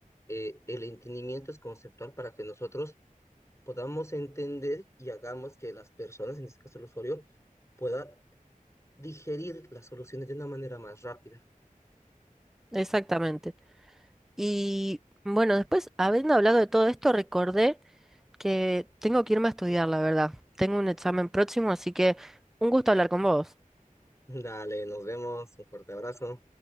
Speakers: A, on the left; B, in the centre.
A: Eh, el entendimiento es conceptual para que nosotros podamos entender y hagamos que las personas, en este caso el usuario, pueda digerir las soluciones de una manera más rápida.
B: Exactamente. Y bueno, después, habiendo hablado de todo esto, recordé que tengo que irme a estudiar, la verdad. Tengo un examen próximo, así que un gusto hablar con vos.
A: Dale, nos vemos, un fuerte abrazo.